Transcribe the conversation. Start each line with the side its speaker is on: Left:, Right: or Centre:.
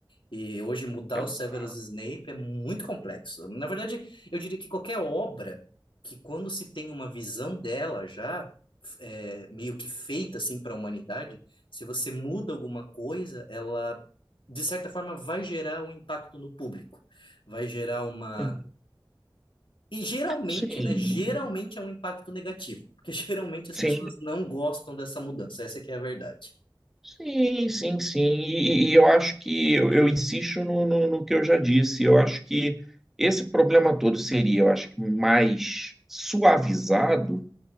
Left: E hoje mudar
Centre: exato,
Left: o Severus Snape é muito complexo. Na verdade, eu diria que qualquer obra que quando se tem uma visão dela já é, meio que feita assim para a humanidade, se você muda alguma coisa, ela de certa forma vai gerar um impacto no público, vai gerar uma
Centre: sim,
Left: e geralmente,
Centre: sim,
Left: né, geralmente é um impacto negativo, porque <laughs> geralmente as
Centre: sim,
Left: pessoas não gostam dessa mudança, essa que é a verdade.
Centre: sim, sim, sim. E, e eu acho que eu, eu insisto no, no, no que eu já disse. Eu acho que esse problema todo seria, eu acho que mais suavizado